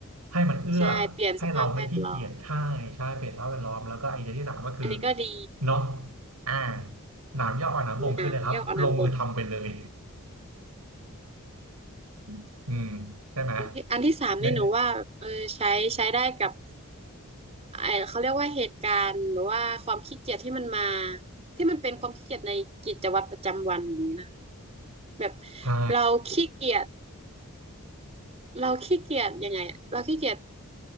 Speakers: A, on the right; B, on the right.
A: ให้มันเอื้อ
B: ใช่เปลี่ยนสภาพแวดล้อม
A: ให้เราไม่ขี้เกียจใช่ใช่เปลี่ยนสภาพแวดล้อมแล้วก็ไอเดียที่สามก็คือ
B: อันนี้ก็ดี
A: เนาะอ่า หนามย่ออ่อนหนามบ่งคืออะไรครับลงมือทำไปเลย
B: น้ำเยี่ยวเอาน้ำบก
A: <laughs> อืมใช่ไหม
B: อันที่อันที่สามนี่หนูว่าเออใช้ใช้ได้กับ
A: ได้
B: ไอเขาเรียกว่าเหตุการณ์หรือว่าความขี้เกียจที่มันมาที่มันเป็นความขี้เกียจในกิจวัตรประจำวันแบบนี้นะคะแบบ
A: ใช่
B: เราขี้เกียจเราขี้เกียจยังไงอะเราขี้เกียจ